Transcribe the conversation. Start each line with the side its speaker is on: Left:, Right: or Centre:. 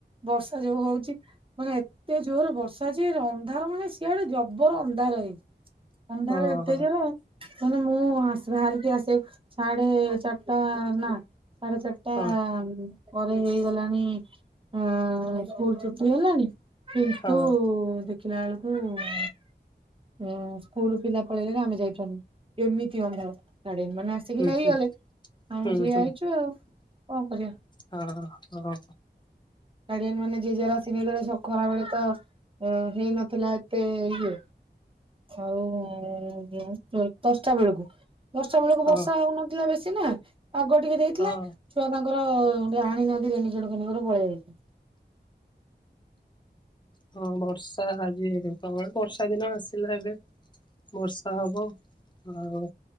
Right: ବର୍ଷା ଯୋଉ ହଉଚି। ମାନେ ଏତେ ଜୋରରେ ବର୍ଷା ଯେ ଅନ୍ଧାର ମାନେ ସିଆଡେ ଜବର ଅନ୍ଧାର ହେଇଚି। ଅନ୍ଧାର
Left: ହଁ
Right: ଏତେ
Left: ହଁ
Right: ଜୋର ତାନେ ମୁଁ ଆସ୍ ବାହାରିକି ଆସେ ସାଢେ ଚାରିଟା ନା ସାଢେ ଚାରିଟା।
Left: ହଁ।
Right: ପରେ ହେଇଗଲାଣି ଅ ସ୍କୁଲ ଛୁଟି ହେଲାଣି। କିନ୍ତୁ
Left: ହଁ।
Right: ଦେଖିଲା ବେଳକୁ ହୁଁ, ସ୍କୁଲୁ ପିଲା ପଳେଇଲେଣି ଆମେ ଯାଇପାରୁନୁ। ଏମିତି ଅନ୍ଧାରା, ଗାଡିଆନ ମାନେ ଆସିକି
Left: ହୁଁ
Right: ନେଇଗଲେ।
Left: ହୁଁ
Right: ଆମେ
Left: ହୁଁ
Right: ଠିଆ
Left: ହୁଁ
Right: ହେଇଚୁ ଆଉ କଣ କରିଆ?
Left: ହଁ ହଁ
Right: ଗାଡିଆନ୍ ମାନେ ଯିଏ ଯାର ଆସିକି ନେଇଗଲେ। ଖରାବେେଳେ ତ ଅ ହେଇନଥିଲା ଏତେ ଇଏ। ଆଉ, <unintelligible> ଦଶଟା ବେଳକୁ। ଦଶଟା ବେଳକୁ
Left: ହଁ
Right: ବର୍ଷା ହଉନଥିଲା ବେଶୀ ନା। ପାଗ ଟିକେ ଦେଇଥିଲା।
Left: ହଁ
Right: ଛୁଆ ତାଙ୍କର ଏ ଆଣିନାହାନ୍ତି ରେନିକୋଟ, ଫେନିକୋଟ ପଳେଇ ଆଇସନ୍ତି।
Left: ହଁ ବର୍ଷା ଆଜି ପ୍ରବଳ। ବର୍ଷା ଦିନ ଆସିଲା ଏବେ। ବର୍ଷା ହବ। ଆଉ